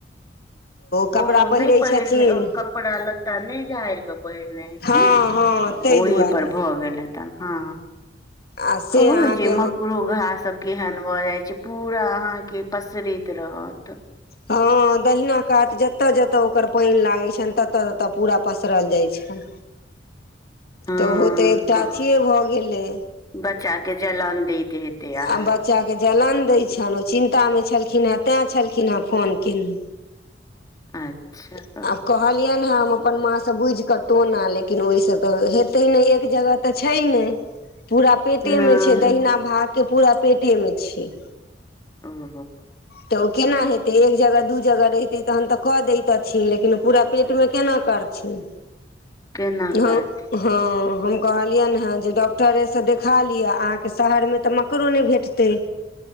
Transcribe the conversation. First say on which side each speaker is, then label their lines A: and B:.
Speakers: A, on the left; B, on the left.
A: कपड़ा
B: ओ
A: पहिरै
B: नहि पहिरने
A: छथिन
B: कपड़ा लत्ता नहि झाड़िके पहिरने हेथिन
A: हँ हँ ताहि
B: ओहि
A: दुआरे
B: पर भऽ गेल हेतैन हँ
A: आ से
B: कहु
A: अहाँके
B: जे मकड़ो ओहे सब केहन भ जाय छै पूरा अहाँ के पसरैत रहत।
A: हँ। दहिना कात जत जत ओकर पानि लागैत छनि तत तत पूरा पसरल जाइ छनि।
B: <inaudible>
A: त ओहो त एकटा
B: कह
A: अथिये भ गेलै
B: बच्चा के जलन दैत हेतै अहा
A: आ बच्चाके जलन दैत छनि ओ चिन्तामे छलखिन हेँ तैँ छलखिनेँ फोन केने
B: अच्छा।
A: अच्छा।
B: कहू
A: कहलियनि हँ हम अपन माँ सँ बुझि क टोना लेकिन ओहिसँ त हेतै नहि एक जगह त छै नहि पूरा पेटे
B: नहि
A: में छै दहिना भाग के पूरा पेटे में छै।
B: ओ हो।
A: त ओ केना हेतै एक जगह दू जगह रहितै तखन त क दैतथिन लेकिन ओ पूरा पेटमे केना करथिन।
B: केना करथिन।
A: हँ हँ हम कहलियनि हँ जे डॉक्टरेसँ देखा लिअ, अहाँके शहरमे त मकड़ो नहि भेटतै